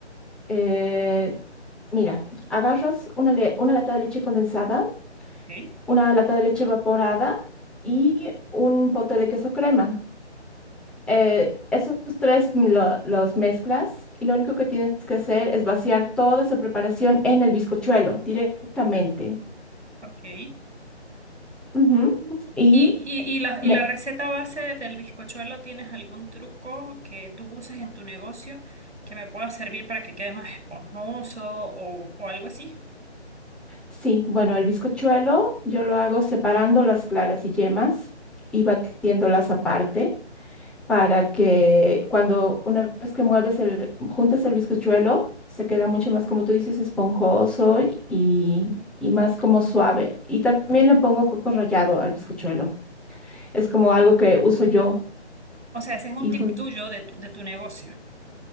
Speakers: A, in the centre; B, on the right (about 70°).
A: eh, mira, agarras una, le- una lata de leche condensada
B: Ok.
A: una lata de leche evaporada y
B: Ujú.
A: un pote de queso crema. Eh, esos tres lo- los mezclas y lo único que tienes que hacer es vaciar toda esa preparación en el bizcochuelo directamente.
B: Ok.
A: Ujú.
B: Mm,
A: Y
B: ¿Y, y, y la,
A: me-
B: y la receta base del bizcochuelo, ¿tienes algún truco que tú uses en tu negocio que me pueda servir para que quede más esponjoso o, o algo así?
A: sí, bueno, el bizcochuelo yo lo hago separando las claras y yemas y batiéndolas aparte. para que cuando una vez que mueves el, juntas el bizcochuelo, se queda mucho más, como tú dices, esponjoso y, y más como suave. Y también le pongo coco rallado al bizcochuelo. Es como algo que uso yo
B: O sea, ese es un
A: y
B: tip
A: fun-
B: tuyo de tu, de tu negocio.